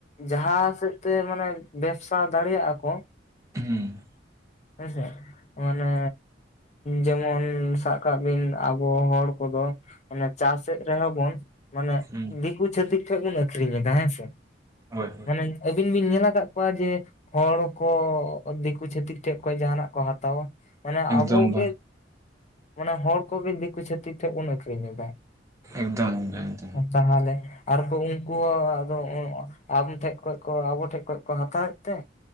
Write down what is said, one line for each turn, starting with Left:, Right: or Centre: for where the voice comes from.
Left: ᱡᱟᱦᱟᱸ ᱥᱮᱫ ᱛᱮ ᱢᱟᱱᱮ ᱵᱮᱵᱥᱟ ᱫᱟᱲᱮᱭᱟᱜᱼᱟ ᱠᱚ
Right: ᱦᱩᱸ
Left: ᱦᱮᱸᱥᱮ ᱢᱟᱱᱮ ᱡᱮᱢᱚᱱ ᱥᱟᱵ ᱠᱟᱜ ᱵᱤᱱ ᱟᱵᱚ ᱦᱚᱲ ᱠᱚᱫᱚ ᱚᱱᱟ ᱪᱟᱥᱮᱫ ᱨᱮᱦᱚᱸ ᱵᱚᱱ ᱢᱟᱱᱮ
Right: ᱦᱩᱸ
Left: ᱫᱤᱠᱩ ᱪᱷᱟᱹᱛᱤᱠ ᱴᱷᱮᱱ ᱵᱚᱱ ᱟᱹᱷᱨᱤᱧ ᱮᱫᱟ ᱦᱮᱸᱥᱮ
Right: ᱦᱳᱭ ᱦᱳᱭ
Left: ᱢᱟᱱᱮ ᱟᱹᱵᱤᱱ ᱵᱤᱱ ᱧᱮᱞ ᱟᱠᱟᱫ ᱠᱚᱣᱟ ᱡᱮ ᱦᱚᱲ ᱠᱚ ᱫᱤᱠᱩ ᱪᱷᱟᱹᱛᱤᱠ ᱴᱷᱮᱡ ᱠᱷᱚᱱ ᱡᱟᱦᱱᱟᱜ ᱠᱚ ᱦᱟᱛᱟᱣᱟ? ᱢᱟᱱᱮ
Right: ᱮᱠᱫᱚᱢ
Left: ᱟᱵᱚ
Right: ᱵᱟᱝ
Left: ᱜᱮ ᱢᱟᱱᱮ ᱦᱚᱲ ᱠᱚᱜᱮ ᱫᱤᱠᱩ ᱪᱷᱟᱛᱤᱠ ᱴᱷᱮᱱ ᱵᱚᱱ ᱟᱹᱠᱷᱨᱤᱧ ᱮᱫᱟ᱾
Right: ᱮᱠᱫᱚᱢ ᱮᱠᱫᱚᱢ᱾
Left: ᱛᱟᱦᱚᱞᱮ᱾ ᱟᱨᱠᱚ ᱩᱱᱠᱩ ᱦᱚᱸ ᱟᱫᱚ ᱟᱢ ᱴᱷᱮᱱ ᱠᱷᱚᱱ ᱠᱚ ᱟᱵᱚ ᱴᱷᱮᱱ ᱠᱷᱚᱱ ᱠᱚ ᱦᱟᱛᱟᱣᱮᱫ ᱛᱮ